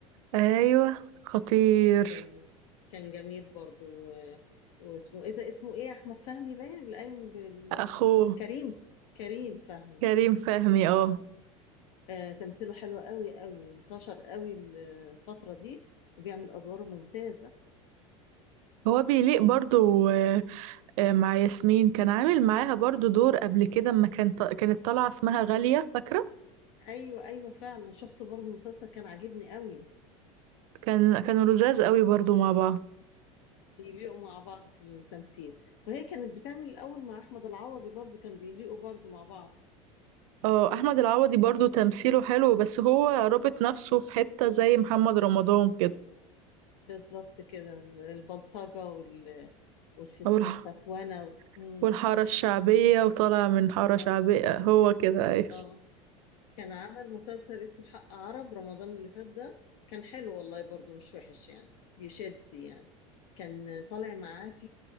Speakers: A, on the right; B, on the left.
A: ايوه خطير
B: جميل كان جميل برضو و- واسمه إيه ده اسمه إيه أحمد فهمي باين اللي قايم بال
A: اخوه
B: كريم كريم فهمي
A: كريم فهمي اه
B: آه، تمثيله حلو قوي قوي انتشر قوي ال- الفترة دي وبيعمل أدوار ممتازة
A: هو بيليق برضو آه، آه، مع ياسمين كان عامل معاها برضو دور قبل كده اما كان- كانت طالعة اسمها غالية فاكرة؟
B: أيوة أيوة فعلا شفت برضو مسلسل كان عاجبني قوي
A: كان كانوا لزاز قوي برضو مع بعض
B: بيليقوا مع بعض في التمثيل وهي كانت بتعمل الأول مع أحمد العوضي برضو كان بيليقوا برضو مع بعض
A: اه احمد العوضي برضو تمثيله حلو بس هو رابط نفسه في حتة زي محمد رمضان كده
B: بالظبط كده ال- البلطجة وال والفت-
A: او الح...
B: والفتوانة و- مم.
A: والحارة الشعبية وطالع من حارة
B: اه
A: شعبية هو كده ايه
B: اه كان عمل مسلسل اسمه حق عرب رمضان اللي فات ده كان حلو والله برضو مش وحش يعني بيشد يعني كان طالع معاه في